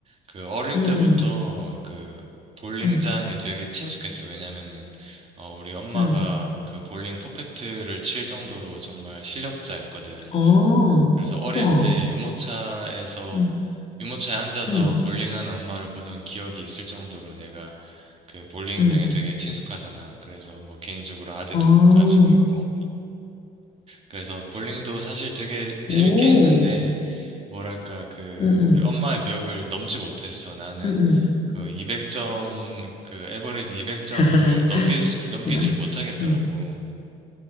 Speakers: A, on the right (about 35°); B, on the left (about 40°).
A: 그 어릴
B: 응,
A: 때부터
B: 응,
A: 그 볼링장에
B: 응,
A: 되게 친숙했어. 왜냐면은 어, 우리 엄마가
B: 응.
A: 그 볼링 퍼펙트를 칠 정도로 정말 실력자였거든.
B: 어,
A: 그래서 어릴
B: 우와.
A: 때 유모차에서
B: 응,
A: 유모차에 앉아서
B: 응,
A: 볼링하는 엄마를 보던 기억이 있을 정도로 내가 그 볼링장에
B: 응.
A: 되게 친숙하잖아. 그래서 뭐 개인적으로 아대도
B: 아,
A: 가지고 있고. 그래서 볼링도 사실 되게 재밌게
B: 오,
A: 했는데, 뭐랄까, 그,
B: 응, 응.
A: 우리 엄마의 벽을 넘지 못했어. 나는
B: 응, 응.
A: 그 200점, 그, 에버리지 200점을
B: <laughs>
A: 넘길, 수- 넘기지를
B: 그렇구나.
A: 못하겠더라고.
B: 응,